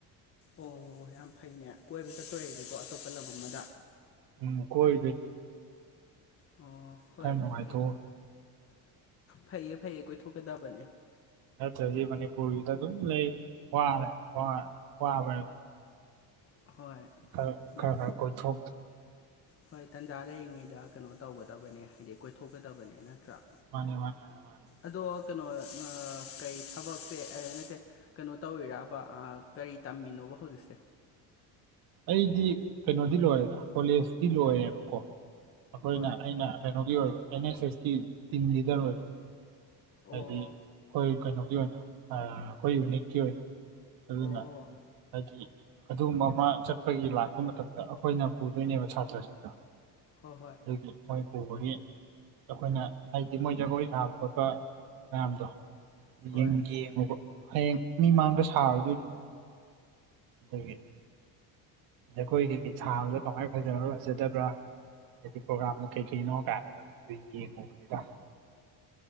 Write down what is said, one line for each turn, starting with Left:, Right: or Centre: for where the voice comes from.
Left: ꯑꯣ ꯌꯥꯝ ꯐꯩꯅꯦ ꯀꯣꯏꯕ ꯆꯠꯇꯣꯔꯦꯅꯦꯀꯣ ꯑꯇꯣꯞꯄ ꯂꯝ ꯑꯃꯗ
Right: ꯎꯝ ꯀꯣꯏꯗꯅꯤ
Left: ꯑꯣ ꯍꯣꯏ
Right: ꯌꯥꯝꯔ ꯅꯨꯡꯉꯥꯏꯊꯣ
Left: ꯐꯩ ꯐꯩꯌꯦ ꯐꯩꯌꯦ ꯀꯣꯏꯊꯣꯛꯀꯗꯕꯅꯦ
Right: ꯅꯠꯇ꯭ꯔꯗꯤ ꯃꯅꯤꯄꯨꯔꯒꯤꯗ ꯑꯗꯨꯝ ꯂꯩ ꯋꯥꯔꯦ ꯋꯥꯔꯦ ꯋꯥꯕ
Left: ꯍꯣꯏ
Right: ꯈꯔ
Left: ꯃꯠ
Right: ꯈꯔ ꯈꯔ ꯀꯣꯏ ꯊꯣꯛ
Left: ꯍꯣꯏ ꯇꯟꯖꯥ ꯂꯩꯔꯤꯉꯩꯗ ꯀꯩꯅꯣ ꯇꯧꯒꯗꯕꯅꯦ ꯍꯥꯏꯗꯤ ꯀꯣꯏꯊꯣꯛꯀꯗꯕꯅꯦ ꯅꯠꯇ꯭ꯔꯥ
Right: ꯃꯥꯅꯦ ꯃꯥꯅꯦ ꯃꯥꯅꯦ
Left: ꯑꯗꯣ ꯀꯩꯅꯣ ꯀꯩ ꯊꯕꯛꯁꯦ ꯍꯥꯏ ꯅꯠꯇꯦ ꯀꯩꯅꯣ ꯇꯧꯔꯤꯔꯕ ꯀꯔꯤ ꯇꯝꯃꯤꯅꯣꯕ ꯍꯧꯖꯤꯛꯁꯦ
Right: ꯑꯩꯗꯤ ꯀꯩꯅꯣꯗꯤ ꯂꯣꯏꯔꯦꯗ ꯀꯣꯂꯦꯖꯇꯤ ꯂꯣꯏꯔꯦꯕꯀꯣ ꯑꯩꯈꯣꯏꯅ
Left: ꯍꯣꯏ
Right: ꯑꯩꯅ ꯀꯩꯅꯣꯒꯤ ꯑꯣꯏꯕ ꯑꯦꯟ ꯑꯦꯁ ꯑꯦꯁꯀꯤ ꯇꯤꯝ ꯂꯤꯗꯔ ꯑꯣꯏꯕ
Left: ꯑꯣ
Right: ꯍꯥꯏꯗꯤ ꯑꯩꯈꯣꯏ ꯀꯩꯅꯣꯒꯤ ꯑꯣꯏꯅ ꯑꯩꯈꯣꯏ ꯌꯨꯅꯤꯠꯀꯤ ꯑꯣꯏꯅ ꯑꯗꯨꯅ
Left: ꯑꯣ
Right: ꯍꯥꯏꯗꯤ ꯑꯗꯨꯒꯨꯝꯕ ꯑꯃ ꯆꯠꯄꯒꯤ ꯂꯥꯛꯄ ꯃꯇꯝꯗ ꯑꯩꯈꯣꯏꯅ ꯄꯨꯗꯣꯏꯅꯦꯕ ꯁꯥꯇ꯭ꯔꯁꯤꯡꯗꯣ
Left: ꯍꯣꯏ ꯍꯣꯏ
Right: ꯑꯗꯒꯤ ꯃꯥꯏ ꯄꯨꯕꯒꯤ ꯑꯩꯈꯣꯏꯅ ꯍꯥꯏꯗꯤ ꯃꯣꯏ ꯖꯒꯣꯏ ꯊꯥꯕ ꯈꯣꯠꯄ ꯃꯌꯥꯝꯗꯣ
Left: ꯍꯣꯏ
Right: ꯌꯦꯡꯉꯨꯕ
Left: ꯍꯣꯏ
Right: ꯍꯌꯦꯡ ꯃꯤ ꯃꯥꯡꯗ ꯁꯥꯔꯗꯣꯏꯅꯤꯗꯅ ꯑꯗꯒꯤ ꯖꯈꯣꯏꯒꯤ ꯁꯥꯕꯗꯣ ꯀꯃꯥꯏꯅ ꯐꯖꯔ ꯐꯖꯗꯕ꯭ꯔꯥ ꯍꯥꯏꯗꯤ ꯄ꯭ꯔꯣꯒꯥꯝꯗꯣ ꯀꯩ ꯀꯩꯅꯣ ꯀ ꯑꯗꯨ ꯌꯦꯡꯉꯨꯕꯅꯤꯗ